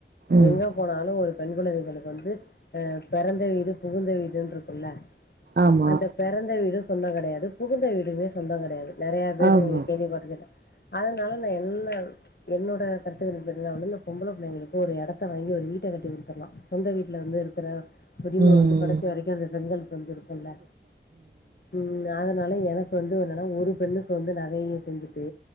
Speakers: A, on the right (about 65°); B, on the left (about 65°).
A: ம்
B: எங்க போனாலு ஒரு பெண் பிள்ளைகளுகளுக் வந்து அ பெறந்த வீடு புகுந்த வீடுன்ருக்குல்ல
A: ஆமா
B: அந்த பெறந்த வீடு சொந்தங்கெடையாது புகுந்த வீடுமே சொந்தங்கெடையாது நெறைய பேரு
A: ஆமா.
B: இந்த கேள்விய பாத்து கேட்ட அதுனால நா என்ன என்னோட கருத்துக்கணிப்பு எதுனா வந்து இந்த பொம்பள பிள்ளைங்களுக்கு ஒரு எடத்த வாங்கி ஒரு வீட்ட கட்டிக் குடுத்தர்லா சொந்த வீட்ல வந்து இருக்கற உரிம
A: ம்
B: வந்து கடைசி வரைக்கு அந்த பெண்கள்க் வந்து இருக்குல்ல ம் நா அது னால எனக்கு வந்து என்னன்னா ஒரு பெண்ணுக்கு வந்து நகையு செஞ்சிட்டு